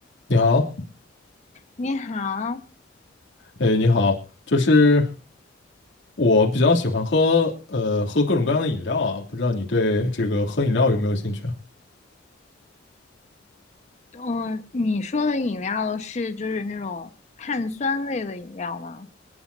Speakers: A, on the left (about 65°); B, on the left (about 35°).
A: 你好，
B: 你好，
A: 哎，你好，就是我比较喜欢喝，呃，喝各种各样的饮料啊，不知道你对这个喝饮料有没有兴趣啊？
B: 嗯，你说的饮料是就是那种碳酸类的饮料吗？